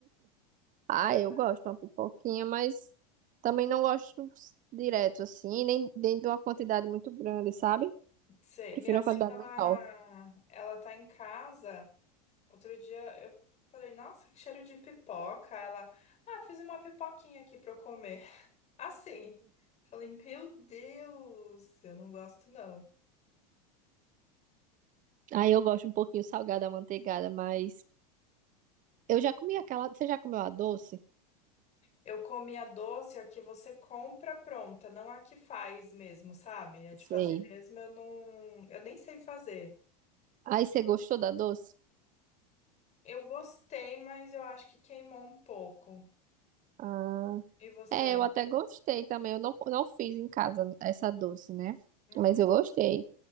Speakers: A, on the right; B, on the left.
A: Ah,
B: Ah,
A: eu gosto de uma pipoquinha, mas também não gosto direto assim, nem, nem de uma quantidade muito grande, sabe?
B: Sei,
A: Prefiro
B: minha mãe,
A: uma quantidade
B: ela,
A: menor.
B: ela tá em casa. Outro dia eu falei, nossa, que cheiro de pipoca. Ela, ah, fiz uma pipoquinha aqui pra eu comer. <laughs> Assim, falei, meu Deus, eu não gosto não.
A: Aí eu gosto um pouquinho salgada, manteigada, mas eu já comi aquela. Você já comeu a doce?
B: Eu comi a doce, a que você compra pronta, não a que faz mesmo, sabe? A de
A: Sei.
B: fazer mesmo, eu não, eu nem sei fazer.
A: Aí você gostou da doce?
B: Eu gostei, mas eu acho que queimou um pouco.
A: Ah,
B: E você?
A: é, eu até gostei também. Eu não, não fiz em casa essa doce, né?
B: Hum.
A: Mas eu gostei.